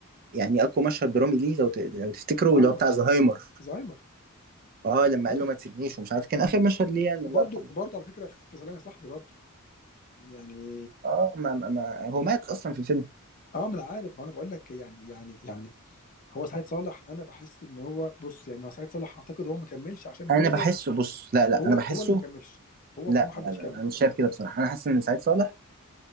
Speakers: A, on the right (about 40°); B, on the left (about 40°).
A: يعني اقوى مشهد درامي ليه لو ت... لو تفتكروا
B: زهايمر
A: اللي هو بتاع زهايمر
B: زهايمر
A: اه لما
B: ايوه
A: قال له ما تسيبنيش ومش عارف كان اخر مشهد ليه يعني
B: وبرده
A: الله يرحمه
B: وبرده على فكره في سلام يا صاحبي برده يعني
A: اه ما, ما, ما هو مات اصلا في الفيلم
B: اه ما انا عارف ما انا بقول لك يعني يعني يعني هو سعيد صالح انا بحس ان هو بص يعني هو سعيد صالح اعتقد هو ما كملش عشان هو
A: انا بحسه بص لا لا
B: هو
A: انا
B: هو
A: بحسه
B: اللي ما كملش هو
A: لا
B: هو ما حبش
A: لا لا
B: يكمل
A: انا مش شايف كده بصراحه انا حاسس ان سعيد صالح